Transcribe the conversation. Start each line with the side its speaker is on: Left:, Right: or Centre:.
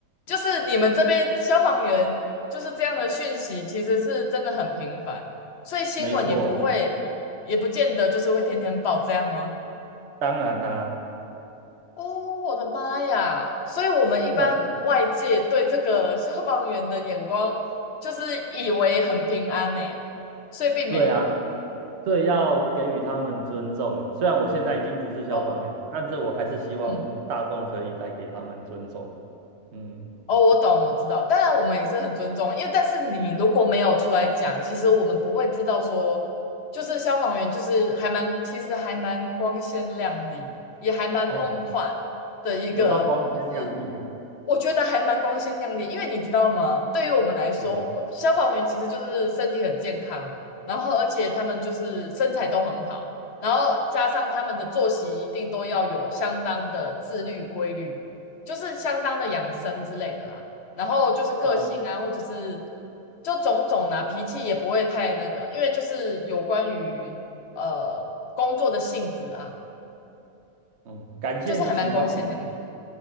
Left: 就是你们这边消防员就是这样的讯息，其实是真的很频繁，所以新闻也不会，
Right: 没错，
Left: 也也不见得就是会天天报，这样吗？
Right: 当然啦、
Left: 哦，我的妈呀！所以我们一般外界对这个消防员的眼光，
Right: <laughs>
Left: 就是以为很平安呢。所以并没有。
Right: 对啊，对，要给予他们尊重啊。虽然我现在已经不是消防员了，
Left: 哦，
Right: 但是我还是希望大众可以再给他们尊重。
Left: 嗯，
Right: 嗯，
Left: 哦，我懂，我知道。当然，我们也是很尊重，因为但是你如果没有出来讲，其实我们不会知道说，就是消防员就是还蛮，其实还蛮光鲜亮丽，也还蛮梦幻的一个，
Right: 哦，有到光鲜亮丽哦。
Left: 就是我觉得还蛮光鲜亮丽，因为你知道吗？对于我们来说，
Right: 对，
Left: 公消防员其实就是身体很健康，然后而且他们就是身材都很好，然后加上他们的作息一定都要有相当的自律规律，就是相当的养生之类的啦。然后就是个性啊，
Right: 呃，
Left: 或者是就种种啊，脾气也不会太那个，因为就是有关于呃工作的性质啊，
Right: 嗯，感谢你喜欢我，
Left: 就是还蛮光鲜亮丽